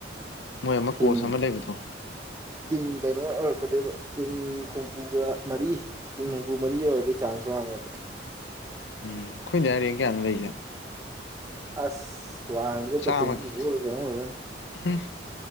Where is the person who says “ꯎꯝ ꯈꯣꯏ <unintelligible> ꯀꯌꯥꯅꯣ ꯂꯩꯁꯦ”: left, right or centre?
Left